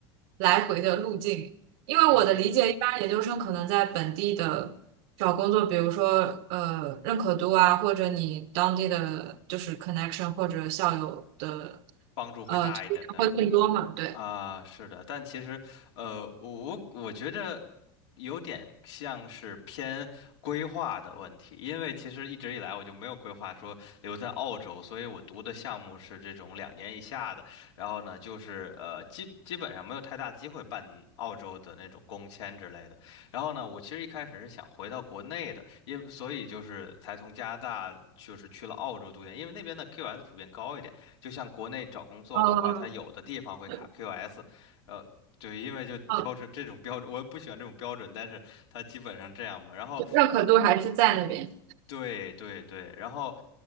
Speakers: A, on the right; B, on the left.
A: 来回的路径？因为我的理解，
B: 嗯嗯。
A: 一般研究生可能在本地的。找工作，比如说呃认可度啊，或者你当地的就是 connection 或者校友的
B: 帮助会大一点，
A: 呃推荐会更多嘛？
B: 对吗？
A: 对，
B: 啊，是的，但其实，呃，我我我觉得有点像是偏规划的问题，因为其实一直以来我就没有规划说留在澳洲，所以我读的项目是这种两年以下的，然后呢，就是呃基基本上没有太大机会办澳洲的那种工签之类的。然后呢，我其实一开始是想回到国内的，因所以就是才从加拿大就是去了澳洲读研，因为那边的 QS 普遍高一点。就像国内找工作的话，
A: 呃，
B: 它有的地方会卡
A: 对
B: QS，呃，就因为就标准这种标准，
A: 嗯，
B: 我也不喜欢这种标准，但是它基本上这样嘛。然后，
A: 就认可度还是在那边。
B: 对对对，然后